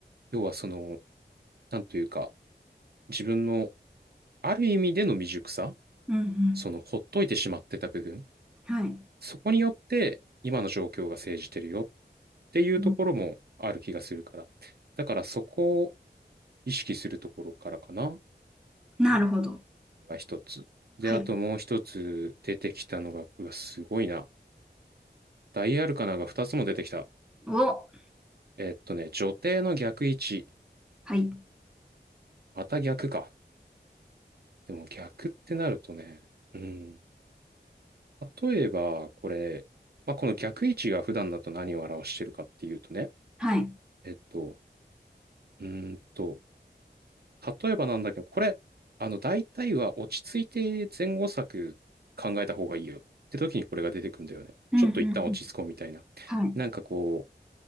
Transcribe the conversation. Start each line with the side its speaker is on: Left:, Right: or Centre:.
Right: 要はその、なんというか、自分のある意味での未熟さ、
Centre: うん。うん。
Right: その、ほっといてしまってた部分、
Centre: はい。
Right: そこによって、今の状況が生じてるよっていうところもある気がするから。
Centre: うん
Right: だからそこを意識するところからかな、
Centre: なるほど。
Right: が一つ。で、
Centre: はい。
Right: あともう一つ出てきたのが、うわ、すごいな。ダイアルカナが二つも出てきた。
Centre: お。
Right: えっとね、女帝の逆位置。
Centre: はい。
Right: また逆か。でも逆ってなるとね、うん。例えば、これ、まあ、この逆位置が普段だと何を表してるかっていうとね、
Centre: はい。
Right: えっと、うーんと、例えばなんだけど、これ、あの、大体は落ち着いて前後策考えた方がいいよって時にこれが出てくんだよね。
Centre: うん。
Right: ちょっと一旦落ち着こうみたいな。
Centre: うん。うんはい。
Right: なんかこう、